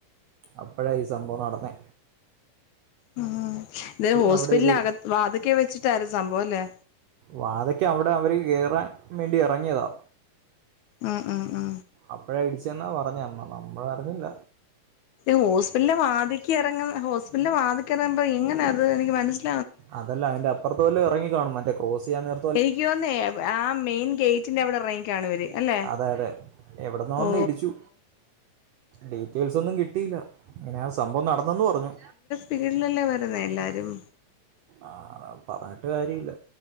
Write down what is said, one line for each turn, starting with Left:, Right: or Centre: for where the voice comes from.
Right: അപ്പോഴാ ഈ സംഭവം നടന്നേ
Left: ഉം ഇത് ഹോസ്പിറ്റലിനകത്ത്
Right: അവിടെ ഇത്
Left: വാത്ക്കെ വെച്ചിട്ടായിര് സംഭവം അല്ലേ
Right: വാതയ്ക്ക അവിടെ അവർ കയറാൻ വേണ്ടി ഇറങ്ങിയതാ
Left: ഉം ഉം ഉം
Right: അപ്പോഴ അടിച്ചെന്നാ പറഞ്ഞ അമ്മ നമ്മള് അറിഞ്ഞില്ല
Left: ഹോസ്പിറ്റലിലെ വാതിക്കെ ഇറങ്ങ ഹോസ്പിറ്റലിലെ വാതിക്കല് എന്താ ഇങ്ങനെ അത് എനിക്ക് മനസ്സില
Right: അതല്ല അതിന്റെ അപ്പറത്ത് വല്ലേ ഇറങ്ങി കാണും മറ്റേ ക്രോസ് ചെയ്യാൻ നേര
Left: എനിക്ക് തോന്ന്നേ ആ മെയിൻ ഗേറ്റിന്റെ അവിടെ ഇറങ്ങിക്കാണും അവര് അല്ലെ
Right: അതെ എവിട്ന്നോ വന്ന്
Left: ഓ
Right: ഇടിച്ചു ഡീറ്റെയിൽസ് ഒന്നും കിട്ടിയില്ല ഇങ്ങനെ ആ സംഭവം നടന്നന്ന് പറഞ്ഞു
Left: വീടിലല്ലേ വരുന്നേ എല്ലാരും
Right: ആഹ് പറഞ്ഞിട്ട് കാര്യമില്ല